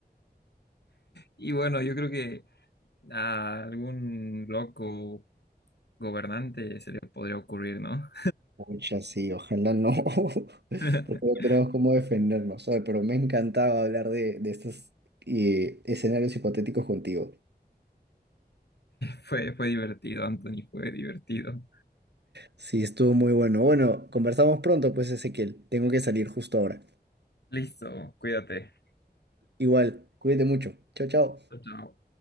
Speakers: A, on the left; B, on the right.
A: Y bueno, yo creo que a algún loco gobernante se le podría ocurrir, ¿no?
B: Pucha, sí, ojalá no, <laughs>
A: <laughs>
B: porque no tenemos cómo defendernos. Oye, pero me encantaba hablar de, de estos eh, escenarios hipotéticos contigo.
A: Fue, fue divertido, Anthony, fue divertido.
B: Sí, estuvo muy bueno. Bueno, conversamos pronto, pues, Ezequiel. Tengo que salir justo ahora.
A: Listo, cuídate.
B: Igual, cuídate mucho. Chao, chao.
A: Chao. chao.